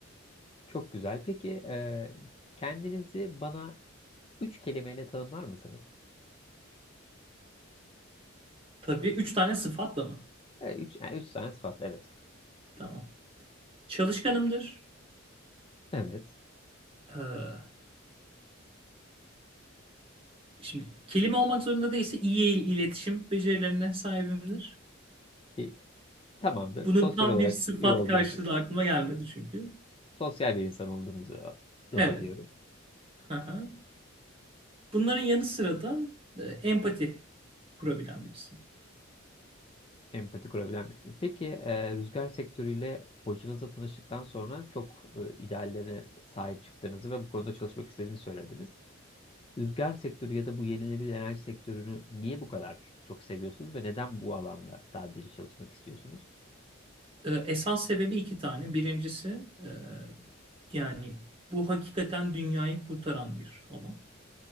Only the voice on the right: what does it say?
Tabii üç tane sıfatla mı?
Tamam. Çalışkanımdır.
Ee, Şimdi kelime olmak zorunda değilse iyi il- iletişim becerilerine sahibimdir.
Bunun
tam
bir sıfat
karşılığı da aklıma gelmedi çünkü.
Evet.
Aha. Bunların yanı sıra da e, empati kurabilen birisi.
E, esas sebebi iki tane. Birincisi e, yani bu hakikaten dünyayı kurtaran bir alan.